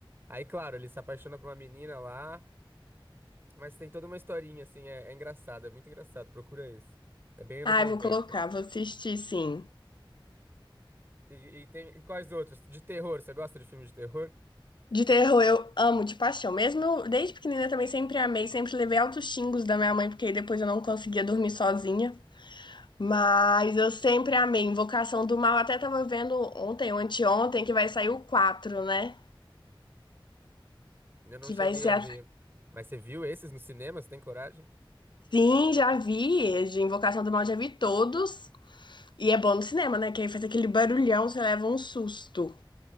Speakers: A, on the right; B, on the left.
A: Aí, claro, ele se apaixona por uma menina lá, mas tem toda uma historinha assim, é, é engraçado, é muito engraçado. Procura esse. É bem anos
B: Ai,
A: noventa
B: vou colocar, vou assistir sim.
A: E, e tem e quais outros? De terror, você gosta de filme de terror?
B: De terror eu amo de paixão. Mesmo eu, desde pequenina também sempre amei, sempre levei altos xingos da minha mãe, porque depois eu não conseguia dormir sozinha. Mas eu sempre amei. Invocação do Mal, até tava vendo ontem ou anteontem que vai sair o quatro né?
A: Eu não
B: Que
A: cheguei
B: vai ser
A: a ver.
B: a
A: Mas você viu esses no cinema? Você tem coragem?
B: Sim, já vi. De Invocação do Mal já vi todos. E é bom no cinema, né? Que aí faz aquele barulhão, você leva um susto.